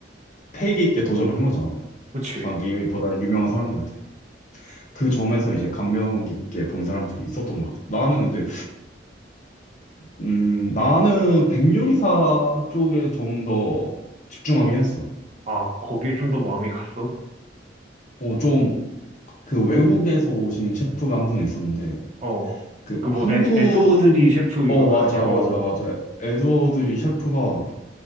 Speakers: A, on the left; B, on the right.
A: 패기 있게 도전을 한 거잖아.
B: 그치.
A: 자기보다 유명한 사람들한테. 그 점에서 이제 감명 깊게 본 사람들이 있었던 것 같아. 나는 근데, 음, 나는 백요리사 쪽에 좀 더 집중하긴 했어.
B: 아, 거기에 좀 더 마음이 갔어?
A: 어, 좀, 그 외국에서 오신 셰프가 한 분 있었는데,
B: 어.
A: 그
B: 그 뭐,
A: 한국,
B: 에, 에드워드 리 셰프
A: 어,
B: 이거 아니야?
A: 맞아,
B: 어,
A: 맞아, 맞아. 에드워드리 셰프가